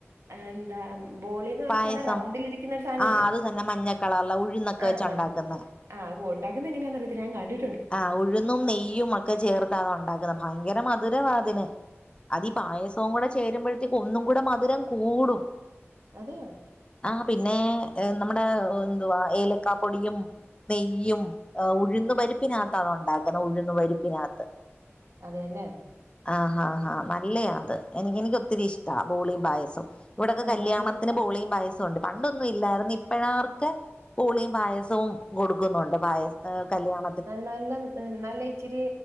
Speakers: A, on the right; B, on the left.
A: എന്താ ബോളിന്ന് പറഞ്ഞ
B: പായസം
A: സാധനം റൗണ്ടിലിരിക്കുന്ന ഒരു സാധനല്ലേ
B: ആ അത് തന്നെ മഞ്ഞക്കളറല്ല ഉഴുന്നൊക്കെ
A: ആഹ്
B: വെച്ച
A: മ
B: ഉണ്ടാക്കുന്ന
A: ആഹ് ഉണ്ടാക്കുന്ന എങ്ങെയാന്ന് അറിയത്തില്ല ഞാൻകണ്ടി
B: ആ ഉഴുന്നും നെയ്യും അക്കെ ചേർത്തേർത്തത് ഉണ്ടാക്കുന്ന ഭയങ്കര മധുരവാതിന് അതി പായസോം കൂടെ ചേരുമ്പോഴത്തേക്ക് ഒന്നും കൂടെ മധുരം കൂടും
A: അതെയോ
B: ആ പിന്നെ നമ്മടെ എന്തുവാ ഏലക്കാ പൊടിയും നെയ്യും ഉഴുന്ന് പരിപ് പ്പിനകത്താ അത് ഉണ്ടാക്കുന്ന ഉഴന്ന് പരിപ്പിനകത്ത്
A: അതെല്ലേ
B: ആ ഹാ ഹാ നല്ലയാ അത് എനിക്ക് എനിക്ക് ഒത്തിരി ഇഷ്ടാ ബോളിയും പായസോം ഇവിടെക്കെ
A: ആ
B: കല്യാണത്തിന്
A: ബോളിയം
B: ബോളീം പായസം ണ്ട് പണ്ടൊന്നും ഇല്ലായിര്ന്ന് ഇപ്പഴാർക്ക് ബോളീം പായസോം കൊടുക്കുന്നുണ്ട് പായസ ആ കല്യാണ
A: നല്ല നല്ല ഇച്ചിരി